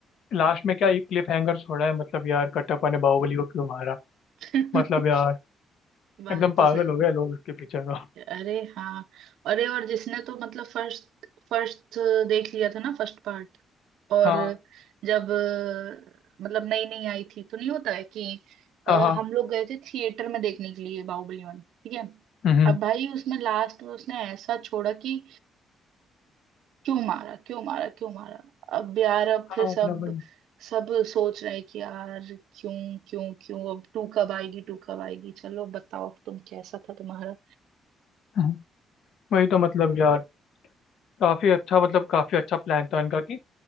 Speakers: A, on the left; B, on the right.
A: लास्ट में क्या ये क्लिफ हैंगर छोड़ा है मतलब यार कटप्पा ने बाहुबली को क्यों मारा
B: <laughs>
A: मतलब यार
B: बात
A: एकदम पागल
B: तो सही
A: हो गए लोग उसके पीछे तो
B: है। अरे हाँ अरे और जिसने तो मतलब फर्स्ट फर्स्ट देख लिया था ना फर्स्ट पार्ट और
A: हाँ
B: जब अ, मतलब नई नई आई थी तो नहीं होता है कि
A: हाँ
B: अ,
A: हाँ
B: हम लोग गए थे थिएटर में देखने के लिए बाहुबली वन ठीक है
A: हम्म
B: अब भाई उसमें लास्ट में उसने ऐसा छोड़ा कि क्यों मारा क्यों मारा क्यों मारा अब यार अब
A: हाँ
B: फिर सब
A: मतलब वही
B: सब सोच रहे कि यार क्यों क्यों क्यों अब टू कब आएगी टू कब आएगी चलो बताओ अब तुम कैसा था तुम्हारा
A: हम्म, वही तो मतलब यार काफी अच्छा मतलब काफी अच्छा प्लान था इनका कि